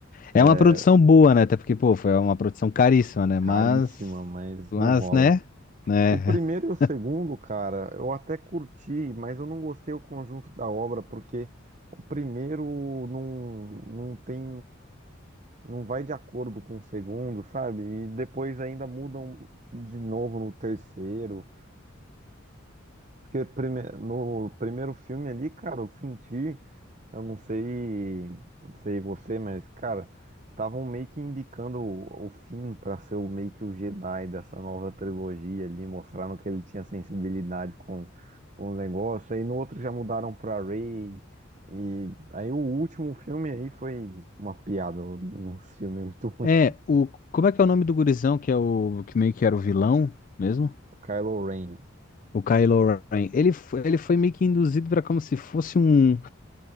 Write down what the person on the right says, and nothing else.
É,
caríssima,
mas
não rola.
O primeiro
e o segundo, cara, eu até curti, mas eu não gostei o conjunto da obra, porque o primeiro não, não tem não vai de acordo com o segundo, sabe? E depois ainda mudam de novo no terceiro. Porque prime- no primeiro filme ali, cara, eu senti, eu não sei, não sei você, mas, cara, estavam meio que embicando o, o Finn pra ser o, meio que o Jedi dessa nova trilogia ali, mostraram que ele tinha sensibilidade com, com o negócio. Aí no outro já mudaram pra Rey. E aí o último filme aí foi uma piada, um filme muito ruim.
O Kylo Ren.